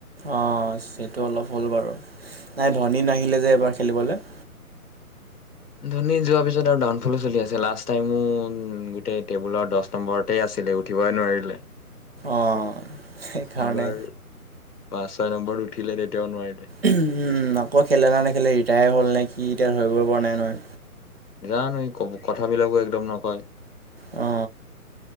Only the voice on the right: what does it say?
অ সেইটো অলপ হ'ল বাৰু নাই ধনী নাহিলে যে এবাৰ খেলিবলৈ।
অঁ সেই কাৰণে
উম, আকৌ খেলে নে নেখেলে ৰিটায়াৰ হ'ল নে কি? এতিয়া ধৰিব পৰা নাই নহয়।
অ